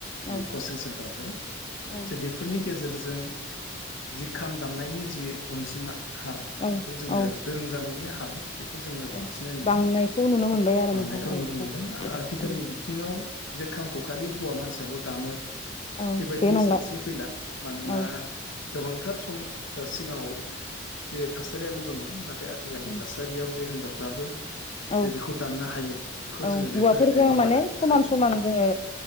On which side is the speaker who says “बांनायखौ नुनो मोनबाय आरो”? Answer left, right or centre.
Left